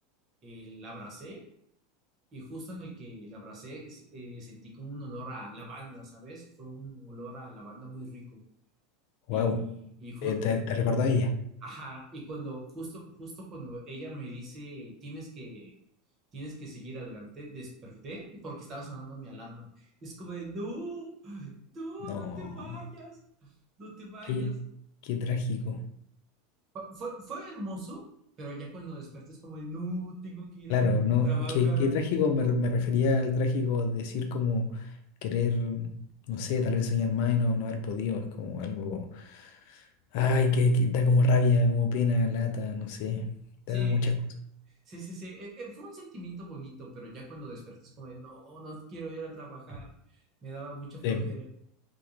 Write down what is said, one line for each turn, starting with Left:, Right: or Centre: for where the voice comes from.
Right: eh, la abracé y justo en el que la abracé es- eh, sentí como un olor a lavanda, ¿sabes? Fue un olor a lavanda muy rico.
Left: Wow.
Right: Y, y ju-
Left: ¿Te, te, te recordás de ella?
Right: Ajá, y cuando, justo, justo cuando ella me dice, tienes que, tienes que seguir adelante, desperté y porque estaba sonando mi alarma. Es como de, no, no,
Left: No.
Right: no te vayas, no te vayas.
Left: Qué, qué trágico.
Right: Fu- Fue, fue hermoso, pero ya cuando desperté es como de, no, tengo que ir
Left: Claro,
Right: a
Left: no.
Right: trabajar.
Left: Qué, qué trágico me, re- me refería al trágico decir como querer, no sé, tal vez soñar más y no, no haber podido. Es como algo. Ay, que, que da como rabia, como pena, lata, no sé. Te
Right: Sí,
Left: da muchas cosas.
Right: sí, sí, sí. Eh, eh, Fue un sentimiento bonito, pero ya cuando desperté es como de, no, no quiero ir a trabajar. Me daba mucha flojera.
Left: Sí.